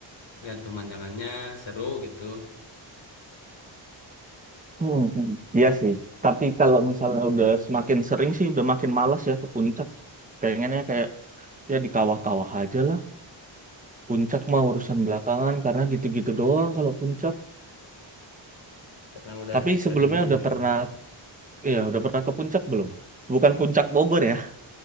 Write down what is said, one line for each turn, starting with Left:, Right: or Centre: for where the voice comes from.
Left: lihat pemandangannya seru gitu
Right: hmm, hmm. iya sih. Tapi kalau misalnya udah semakin sering sih, udah makin malas ya ke puncak. Pengennya kayak ya di kawah-kawah aja lah. Puncak mah urusan belakangan karena gitu-gitu doang kalau puncak.
Left: karena udah
Right: Tapi
Left: keseringan
Right: sebelumnya udah
Left: ya
Right: pernah, ya udah pernah ke puncak belum? Bukan puncak Bogor ya,